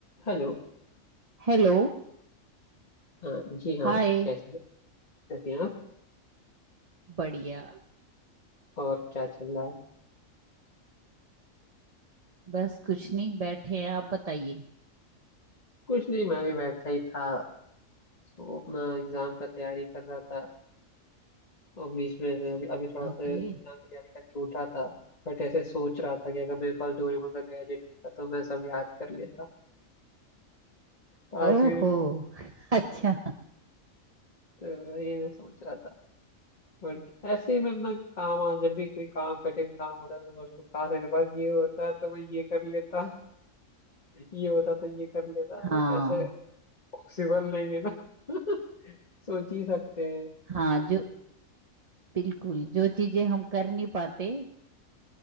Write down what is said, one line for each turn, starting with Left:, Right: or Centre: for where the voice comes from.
Left: हेलो
Right: Hello
Left: हाँ जी हाँ
Right: Hi
Left: कैसे हैं कैसे हैं आप
Right: बढ़िया
Left: और क्या चल रहा है
Right: बस कुछ नहीं बैठे हैं आप बताइए
Left: कुछ नहीं मैं भी बैठा ही था सो अपना एग्जाम का तैयारी कर रहा था और बीच में से अभी अभी थोड़ा सा
Right: ओके
Left: एग्जाम की तैयारी करके उठा था बट ऐसे सोच रहा था कि अगर मेरे पास डोरेमोन का गैजेट होता तो मैं सब याद कर लेता पाँच
Right: ओहो
Left: मिनट में,
Right: <laughs> अच्छा
Left: तो तो ये मैं सोच रहा था बट ऐसे ही मैं अपना काम आज जब भी कोई काम कठिन काम होता है मैं सोचता हूँ काश मेरे पास ये होता तो मैं ये कर लेता <laughs> ये होता तो ये कर लेता
Right: हाँ
Left: बट ऐसे पॉसिबल नहीं है ना <laughs> सोच ही सकते हैं
Right: हाँ जो बिल्कुल जो चीजें हम कर नहीं पाते